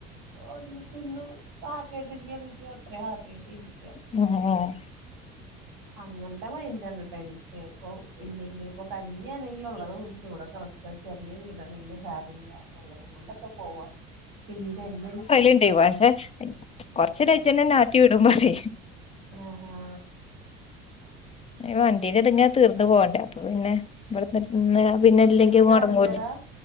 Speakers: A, on the right; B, on the left.
A: ഒരുമിച്ചിന്ന് ഹാപ്പി ആയിട്ട് ഇരിക്കാൻ പറ്റ്യോ അത്രീം ഹാപ്പി ആയിട്ട് ഇരിക്ക
B: ആഹ്
A: അങ്ങൻത്തെ മൈൻഡ് ആണുട്ടോ എനിക്ക് ഇപ്പൊം ഇല്ലെങ്കിലിപ്പോ കഞ്ഞ്യാണെങ്കിലും ഒള്ളത് കുടിച്ച് ഇവടെ <unintelligible> ചെറിയേ വീടാണെങ്കിലും സാരല്ല ഉള്ളതും കൊണ്ടൊക്കെ പോവാ പിന്നീട് എന്തെ
B: ഇണ്ട് പാഷെ കൊർച്ചേഞ്ഞാ ആജ്ജന്നെ ഇന്നെ ആട്ടി വിടുമ്പറി
A: ആഹാ
B: വണ്ടീന്ന് <unintelligible> തീർന്ന് പോണ്ടേ അപ്പൊ പിന്നെ ഇവ്ട്ന്നി പിന്നെ ഇല്ലെങ്കി
A: വല്യ
B: മൊടങ്ങൂലെ
A: വണ്ടിയാടാ